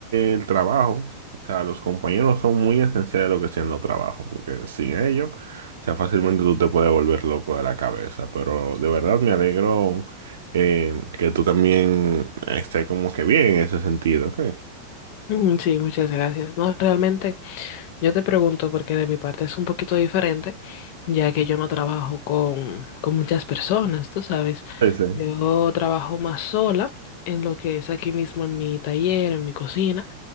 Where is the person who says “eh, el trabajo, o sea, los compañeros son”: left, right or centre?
Right